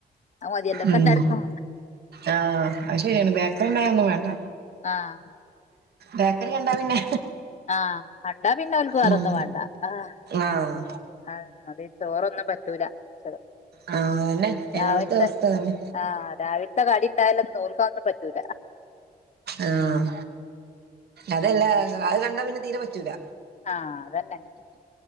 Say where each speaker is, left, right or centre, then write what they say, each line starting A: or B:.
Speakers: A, on the left; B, on the right.
A: അത് മതിയല്ലോ ഇപ്പ
B: ഉം
A: എല്ലാർക്കും
B: ആഹ് അയ്ശരിയാണ് ബേക്കറി ഇണ്ടായ ഒന്നും വേണ്ട
A: ആഹ്
B: ബേക്കറി കണ്ടാ പിന്നെ
A: ആഹ് കണ്ടാ പിന്ന ഓൽക്ക് വേറൊന്നും
B: ഉം
A: വെണ്ട ആഹ്
B: ആഹ്
A: അത അതന്നെ ചോറൊന്നും പറ്റൂല മിച്ച റ്
B: ആഹ് അതന്നെ
A: രാവിൽത്തെ
B: എല്ലോടത്തെ അവസ്ഥ അതന്നെ
A: ആഹ് രാവിൽത്തെ കടി ഇണ്ടായാലൊന്നും ഒൽക്കതൊന്നും പറ്റൂല
B: ആഹ് അതെല്ല അ അത് കണ്ട പിന്ന തീര പറ്റൂല
A: ആഹ് അതന്നെ